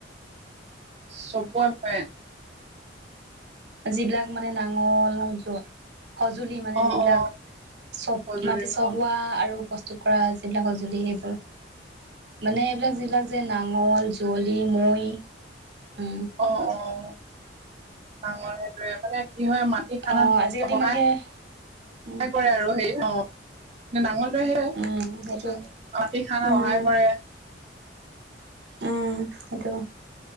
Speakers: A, on the right (about 35°); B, on the right (about 65°).
A: চপোৱা বিষয়ে
B: যিবিলাক মানে নাঙল জ সঁজুলি মানে
A: অ
B: যিবিলাক
A: অ
B: চব
A: সজুলি
B: মাটি চহুৱা
A: ন
B: আৰু প্ৰস্তুত কৰা যিবিলাক সঁজুলি সেইবোৰ। মানে এইবিলাক যিবিলাক যে নাঙল যুঁৱলি, মৈ উম।
A: অ', অ' নাঙল সেইটোয়ে মানে কি হয় মাটি খানাত
B: অ আজিকালি
A: সহায়-
B: ইমানকে
A: সহায়
B: উম
A: কৰে আৰু সেই অ'। নাঙলটোৱে সেই,
B: উম সেইটোৱে
A: মাটি খানাত
B: উম
A: সহায় কৰে।
B: উম সেইটো।